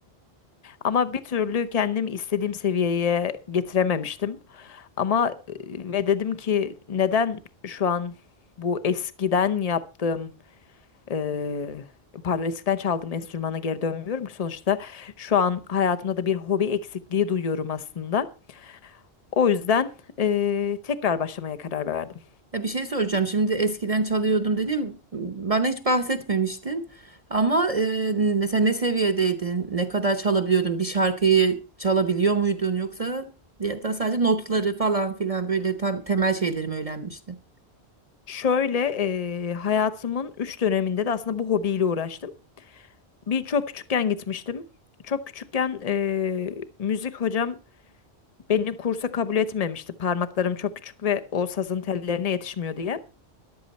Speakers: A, on the left; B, on the right.
A: ama bir türlü kendimi istediğim seviyeye getirememiştim. Ama e, ve dedim ki neden şu an bu eskiden yaptığım Eee, pardon eskiden çaldığım enstrümana geri dönmüyorum ki sonuçta şu an hayatımda da bir hobi eksikliği duyuyorum aslında. O yüzden eee, tekrar başlamaya karar verdim.
B: Ya bir şey soracağım. Şimdi eskiden çalıyordum dedim. Bana hiç bahsetmemiştin. Ama e, mesela ne seviyedeydin? Ne kadar çalabiliyordun? Bir şarkıyı çalabiliyor muydun? Yoksa ya da sadece notları falan filan böyle tam temel şeyleri mi öğrenmiştin?
A: Şöyle eee, hayatımın 3 döneminde de aslında bu hobiyle uğraştım. Bir çok küçükken gitmiştim. Çok küçükken eee, müzik hocam beni kursa kabul etmemişti. Parmaklarım çok küçük ve o sazın tellerine yetişmiyor diye.